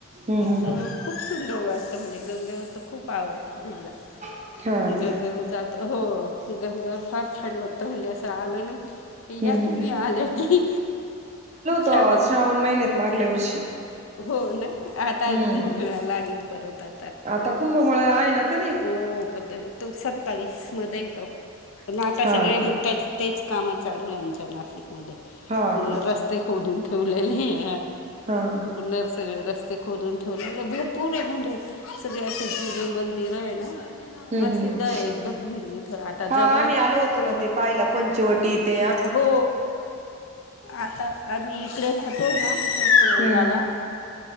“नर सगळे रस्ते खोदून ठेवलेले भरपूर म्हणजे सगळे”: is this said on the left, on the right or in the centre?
Left